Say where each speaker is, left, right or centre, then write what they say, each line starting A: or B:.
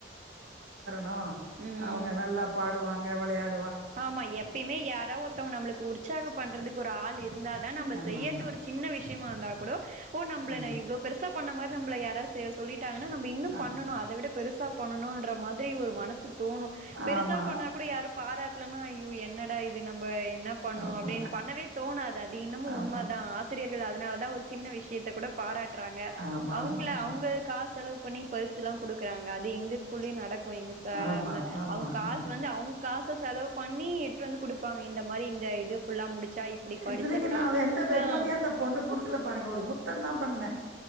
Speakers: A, on the right; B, on the right.
A: னோ
B: ம்
A: அவங்க நல்லா பாடுவாங்க விளையாட
B: ஆமா எப்பயுமே யாராவ் ஒருத்தவங்க நம்மளுக்கு உற் உற்சாகம் பண்றதுக்கு ஒரு ஆள் இ இருந்தா தான் நம்ம
A: ஆமா
B: செய்யற்து
A: ஆமா
B: ஒரு சின்ன விஷ்யமா இருந்தா கூட ஓ நம்மள
A: ஆமா
B: ந இவ்ளோ பெருசா பண்ண மாரி நம்பள யாரா செ சொல்லிட் டாங்கன நம்ம இன்னு
A: ஆமா
B: பண்ணணு அதை விட பெருசா பண்ணணு ன்ற மாதிரி ஒரு மனசு தோணு பெருசா
A: ஆமா
B: பண்ண கூட யாரு பாராட் ஐயோ என்னடா இது நம் என்ன பண்ணு
A: ஆமா
B: அப்படின்னு பண்ணவே தோணாது அது இன்னமு உண்மை
A: ஆமா
B: தா ஆசிரியர்கள்து அதனால தா ஒரு சின்ன விஷயத்தை கூட பாராட்ட ட்ராங்க
A: ஆமா
B: அவங்கள
A: ஆமா ஆமா ஆமா
B: அவங்க காசலவுக்கு பண்ணி பச எல்லா கொடு க்கறாங்க அது எங்க ஸ்கூல்லயு நடக்கு எங்க சா
A: ஆமா,
B: ம்
A: ஆமா,
B: அவங்க காச
A: ஆமா.
B: வந்து அவங்க காச செலவுக் பண்ணி எட்டு வந்து கொடுப்பாங்க இந்த மாரி இந்த இது ஃபுல்லா முடி ச்சா இப்படி படிச்சா
A: இத்தனைக்கு நான் எந்த வெகுமதியும்
B: ஆஹ்
A: அந்த பொண்ணுக்கு குடுக்கல பாருங்க. ஒரு முத்தம் தான் பண்ணேன்.